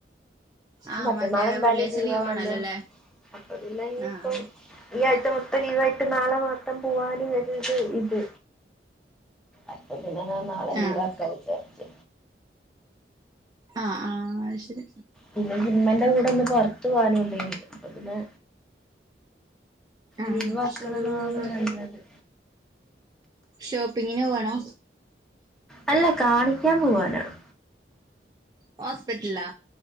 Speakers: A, on the right; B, in the centre.
A: ആഹ്
B: മറ്റന്നാൾ
A: മറ്റേ
B: എന്തായാലും
A: വെള്ളിയാഴ്ച
B: ലീവാണല്ലോ.
A: ലീവ് ആണല്ലോ അല്ലേ
B: അപ്പൊ പിന്നെഇഞ്ഞിപ്പോ
A: ആഹ്
B: ഈ ആയ്ച മു ത്ത് നാള മാത്രം പൂവാനുഒരിത് ഇത് അപ്പൊ പിന്നെ ഞാൻ നാളെ ലീവ്
A: ആഹ്
B: ആക്കാ വിചര്ച്ച്
A: ആഹ് ആഹ് അര്ശരി
B: പിന്നെനിക്ക് ഇന്മന്റെ കൂടൊന്ന് പൊർത്ത് പോവാനുംണ്ടെയിനി അപ്പൊ പിന്നെ
A: ആഹ്
B: ലീവാക്കണതാണ്
A: ആഹ് അഹ്...
B: നല്ലത്
A: ഷോപ്പിങ്ങിന് പോവണോ?
B: അല്ല കാണിക്കാൻ പോവാനാണ്
A: ഹോസ്പിറ്റലാ